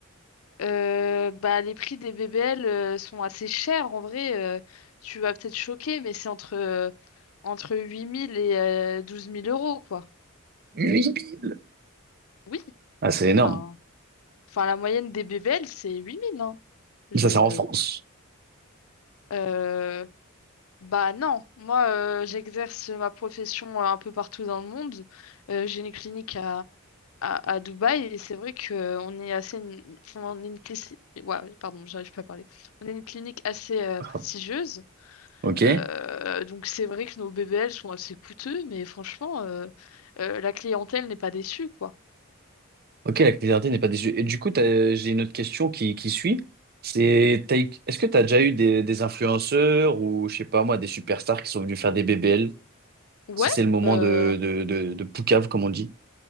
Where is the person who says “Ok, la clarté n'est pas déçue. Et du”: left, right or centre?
Right